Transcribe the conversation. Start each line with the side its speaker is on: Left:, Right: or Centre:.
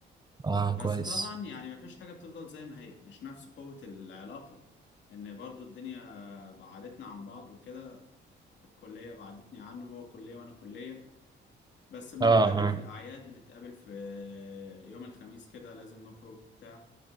Right: اه
Left: بس
Right: كويس
Left: طبعا يعني ما فيش حاجه بتفضل زي ما هي مش نفس قوه العلاقه ان برضو الدنيا بعدتنا عن بعض وكده الكليه بعدتني عنه هو كليه وانا كليه بس بنتقابل
Right: اه اه
Left: في الاعياد بنتقابل في يوم الخميس كده لازم نخرج بتاع